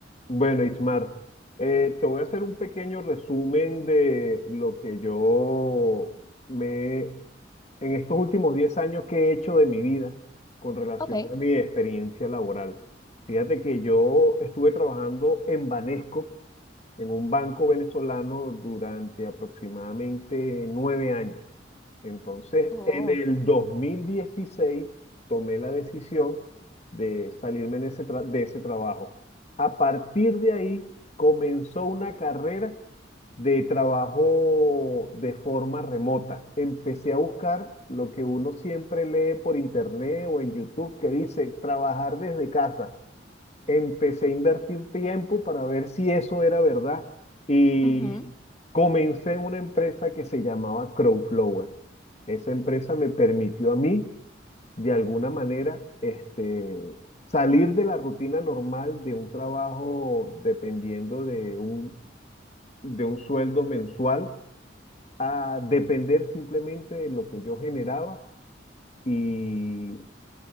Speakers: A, on the left (about 35°); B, on the left (about 20°).
A: Bueno, Ismar, eh, te voy a hacer un pequeño resumen de lo que yo me, en estos últimos 10 años que he hecho de mi vida con relación
B: Ok.
A: a mi experiencia laboral. Fíjate que yo estuve trabajando en Banesco, en un banco venezolano, durante aproximadamente nueve años. Entonces,
B: Oh.
A: en el 2016 tomé la decisión de salirme de ese, tra- de ese trabajo. A partir de ahí comenzó una carrera de trabajo de forma remota. Empecé a buscar lo que uno siempre lee por internet o en YouTube que dice trabajar desde casa empecé a invertir tiempo para ver si eso era verdad y
B: ujú.
A: comencé una empresa que se llamaba Crowflower. Esa empresa me permitió a mí, de alguna manera, este, salir de la rutina normal de un trabajo dependiendo de un, de un sueldo mensual a depender simplemente de lo que yo generaba y